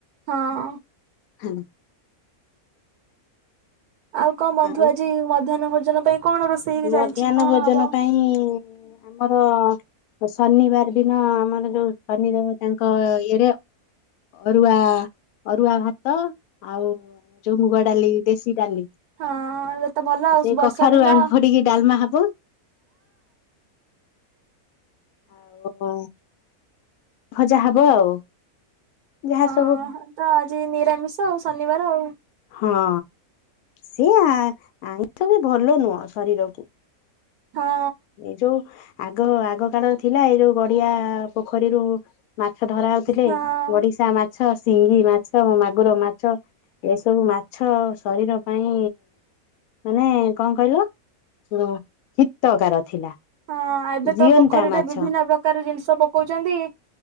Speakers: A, on the right; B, on the left.
A: ହଁ।
B: ହେଲା।
A: ଆଉ, କଁ ବନ୍ଧୁ
B: ଆଉ
A: ଆଜି ମଧ୍ୟାହ୍ନ ଭୋଜନ ପାଇଁ କଣ ରୋଷେଇ
B: ମଧ୍ୟାହ୍ନ
A: ଚାଲିଛି କଣ
B: ଭୋଜନ
A: ହବ?
B: ପାଇଁ, ଆମର ଶନିବାର ଦିନ ଆମର ଯୋଉ ଶନି ଦେବ, ତାଙ୍କ ଇଏର ଅରୁଆ, ଅରୁଆ ଭାତ ଆଉ-ଉ ଯଉ ମୁୁଗ ଡାଲି, ଦେଶୀ ଡାଲି,
A: ହଁ ଏବେ ତ ଭଲ ଆଉ
B: ସେଇ
A: ବର୍ଷା
B: କଖାରୁ
A: ଦିନ
B: ଆଳୁ ଇଏ ଡାଲମା ହବ। ଆଉ-ଉଁ ଭଜା ହବ ଆଉ। ଯାହା
A: ହଁ,
B: ସବୁ
A: ତ ଆଜି ନିରାମିଷ ଆଉ ଶନିବାର ଆଉ।
B: ହଁ, ସେ ଆ-ଆଇଷଁ ବି, ଭଲ ନୁହଁ ଶରୀରକୁ।
A: ହଁ
B: ଏଇ ଯୋଉ ଆଗ ଆଗ କାଳରେ ଥିଲା, ଏଇ ଯୋଉ ଗଡିଆ ପୋଖରୀରୁ ମାଛ ଧରା ହଉଥିଲେ,
A: ହଁ।
B: ଗଡିଶା ମାଛ, ସିଙ୍ଗି ମାଛ, ମାଗୁର ମାଛ, ଏସବୁ ମାଛ ଶରୀର ପାଇଁ ମାନେ କଣ କହିଲ! ଯଉ ହିତକାର ଥିଲା।
A: ହଁ, ଏବେ
B: ଜିଅନ୍ତା
A: ତ ପୋଖରୀରେ
B: ମାଛ
A: ବିଭିନ୍ନ ପ୍ରକାର ଜିନିଷ ପକଉଚନ୍ତି।